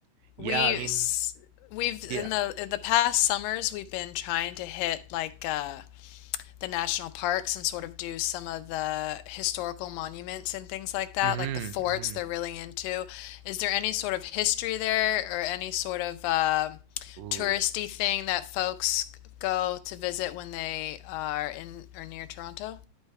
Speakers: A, on the right; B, on the left.
A: Yeah,
B: We
A: I mean,
B: s- we've in
A: yeah.
B: the in the past summers we've been trying to hit like uh the national parks and sort of do some of the historical monuments and things like that,
A: hmm
B: like the forts
A: hmm
B: they're really into. Is there any sort of history there or any sort of uh,
A: Ooh.
B: touristy thing that folks go to visit when they are in or near Toronto?